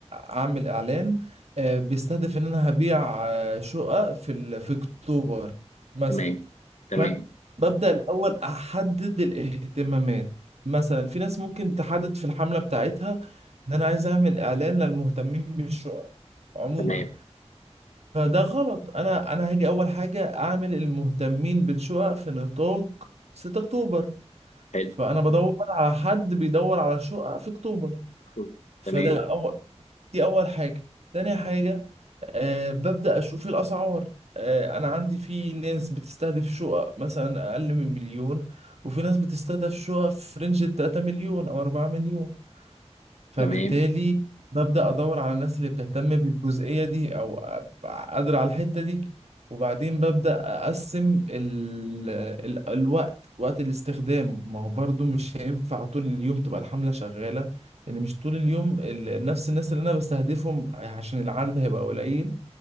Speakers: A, on the right; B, on the left.
A: اعمل اعلان آه بيستهدف ان انا هبيع آه شقق في ال- في اكتوبر مثلا
B: تمام تمام
A: فانا ببدا الاول احدد الاهتمامات مثلا في ناس ممكن تحدد في الحمله بتاعتها ان انا عايز اعمل اعلان للمهتمين بالشقق عموما
B: تمام
A: فده غلط انا انا هاجي اول حاجه اعمل المهتمين بالشقق في نطاق 6 اكتوبر
B: حلو
A: فانا بدور على حد بيدور على شقق في اكتوبر
B: مكتوب.
A: فده
B: تمام
A: أول دي اول حاجه تاني حاجه أه ببدا اشوف الاسعار أه انا عندي في ناس بتستهدف شقق مثلا اقل من مليون وفي ناس بتستهدف شقق في رينج ال 3 مليون او 4 مليون فبالتالي
B: تمام
A: ببدأ أدور على الناس اللي بتهتم بالجزئية دي أو أبقى قادرة على الحتة دي وبعدين ببدأ أقسم ال... ال... الوقت وقت الاستخدام ما هو برضو مش هينفع طول اليوم تبقى الحملة شغالة لأن مش طول اليوم ال... نفس الناس اللي أنا بستهدفهم عشان العدد هيبقى قليل